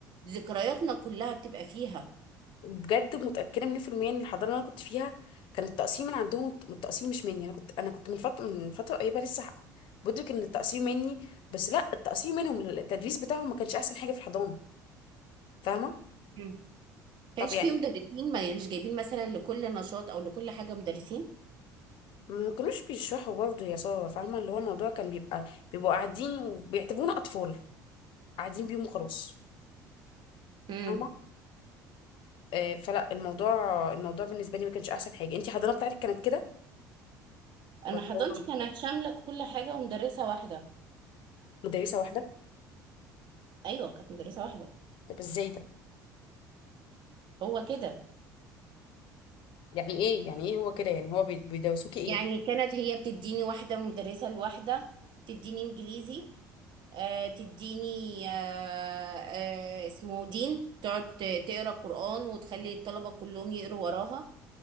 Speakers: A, on the right; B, on the left.
A: ذكرياتنا كلها بتبقى فيها
B: وبجد متاكده 100% ان الحضانه اللي انا كنت فيها كان التقسيم من عندهم التقسيم مش مني انا كنت انا كنت من فتره من فتره قريبه لسه بدرك ان التقسيم مني بس لا التقسيم منهم التدريس بتاعهم ما كانش احسن حاجه في الحضانه فاهمه
A: مم. كانش
B: طب يعني
A: فيه مدرسين ما مش جايبين مثلا لكل نشاط او لكل حاجه مدرسين
B: ما كانوش بيشرحوا برضه يا ساره فاهمه اللي هو الموضوع كان بيبقى بيبقوا قاعدين وبيعتبرونا اطفال قاعدين بيهم وخلاص
A: مم.
B: فاهمه آه فلا الموضوع الموضوع بالنسبه لي ما كانش احسن حاجه انتي الحضانه بتاعتك كانت كده ولا
A: انا حضانتي
B: هو
A: كانت شامله كل حاجه ومدرسه واحده
B: مدرسه واحده
A: ايوه كانت مدرسه واحده
B: طب ازاي ده
A: هو كده
B: يعني ايه يعني ايه هو كده يعني هو بي- بيدرسوكي ايه
A: يعني كانت هي بتديني واحده مدرسه الواحده تديني انجليزي آه تديني آه آه اسمه دين تقعد ت- تقرا قران وتخلي الطلبه كلهم يقروا وراها